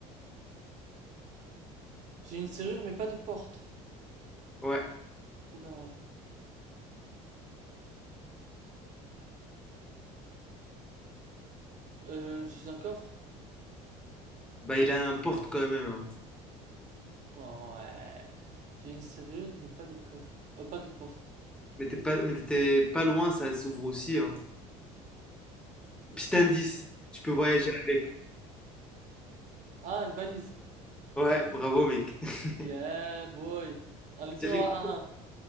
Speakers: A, on the right; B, in the centre.
A: J'ai une serrure, mais pas de porte.
B: Ouais.
A: Oula. Euh, j'ai un coffre?
B: Bah, il a un porte quand même, hein.
A: Ouais. J'ai une serrure, mais pas de coffre. Euh, pas de porte.
B: Mais t'es pas, mais t'étais pas loin, ça s'ouvre aussi, hein. Petit indice, tu
A: Dis-moi.
B: peux voyager avec.
A: Ah, une valise.
B: Ouais, bravo, mec. <laughs>
A: Yeah, boy. On est
B: C'est
A: toujours
B: l'équipe.
A: à 1